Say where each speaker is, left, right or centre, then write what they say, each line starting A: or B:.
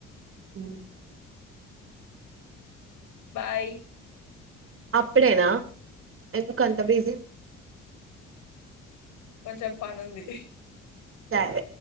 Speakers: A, on the right; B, on the left.
A: హ
B: బాయ్
A: అప్పుడేనా ఎందుక అంత బీజీ
B: కొంచెం పనుంది
A: సరే